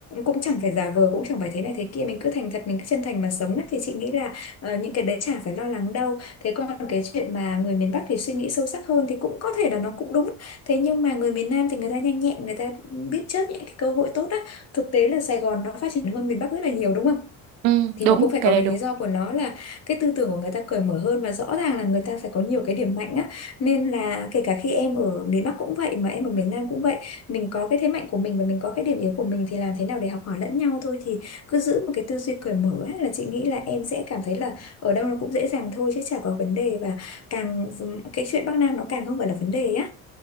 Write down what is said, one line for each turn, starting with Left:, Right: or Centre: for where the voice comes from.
Left: cũng chẳng phải giả vờ cũng chẳng phải thế này thế kia mình cứ thành thật mình cứ chân thành mà sống á thì chị nghĩ là ờ, những cái đấy chả phải lo lắng đâu thế còn cái chuyện mà người miền Bắc thì suy nghĩ sâu sắc hơn thì cũng có thể là nó cũng đúng thế nhưng mà người miền Nam thì người ta nhanh nhẹn người ta biết chớp những cái cơ hội tốt á thực tế là Sài Gòn nó phát triển hơn miền Bắc rất là nhiều đúng không
Right: Ừ,
Left: thì
Right: đúng
Left: nó cũng phải
Right: cái
Left: có
Right: đấy
Left: cái
Right: đúng
Left: lý do của nó là cái tư tưởng của người ta cởi mở hơn và rõ ràng là người ta phải có nhiều cái điểm mạnh á nên là kể cả khi em ở miền Bắc cũng vậy mà em ở miền Nam cũng vậy mình có cái thế mạnh của mình và mình có cái điểm yếu của mình thì làm thế nào để học hỏi lẫn nhau thôi thì cứ giữ một cái tư duy cởi mở ấy, là chị nghĩ là em sẽ cảm thấy là ở đâu nó cũng dễ dàng thôi chứ chả có vấn đề và càng ừ, cái chuyện Bắc Nam nó càng không phải là vấn đề á